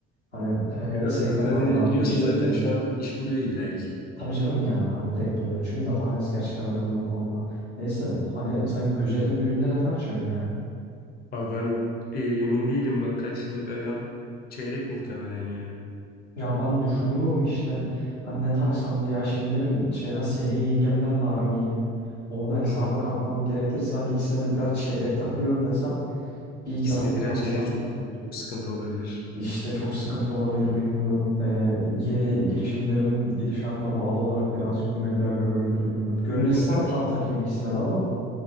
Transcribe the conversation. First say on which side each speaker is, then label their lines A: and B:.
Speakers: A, on the left; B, on the left.
A: Hani e, sekreterdir
B: Abi Data analiz
A: abi
B: biliyorsa
A: işletmecidir.
B: zaten şu an iş buluyor illa ki.
A: Tabii canım yani hani direkt buluyor. Çünkü data analist gerçekten önemli bu konuda. Neyse hani sen Güzer'in düğünde ne takacaksın ya?
B: Abi ben e, emin değilim bak kaç yıllık agam çeyrek muhtemelen yani.
A: Ya ben düşünüyorum işte hani ne taksam diye. Ya şimdi benim şeyden Selin yengemle de aram iyi. Onu da hesaba
B: Hı hı.
A: katmam gerekirse hani ikisine de birer çeyrek takıyorum desem Bir
B: İkisine
A: yarım mı
B: birer
A: Evet. yapsam
B: çeyrek çok çok sıkıntı olabilir.
A: işte çok sıkıntı olabilir bilmiyorum. Ee, yeni girişimlerimin gidişatına bağlı olarak birazcık bir meblağ gömebilirim bilmiyorum. Gönül
B: <laughs>
A: ister tam takayım ikisine de ama